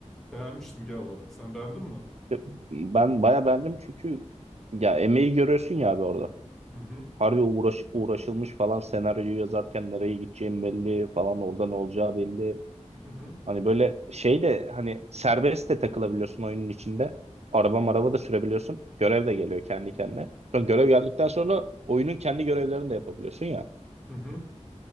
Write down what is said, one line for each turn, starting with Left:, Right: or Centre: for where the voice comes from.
Centre: Beğenmiştim genel olarak. Sen beğendin mi?
Right: e, Ben baya beğendim çünkü ya emeği görüyorsun ya abi orada.
Centre: Hı hı,
Right: Harbi uğraş, uğraşılmış falan senaryoyu yazarken nereye gideceğim belli falan orada ne olacağı belli.
Centre: hı hı,
Right: Hani böyle şey de hani serbest de takılabiliyorsun oyunun içinde. Araba maraba da sürebiliyorsun. Görev de geliyor kendi kendine. Sonra görev geldikten sonra oyunun kendi görevlerini de yapabiliyorsun ya.
Centre: hı hı.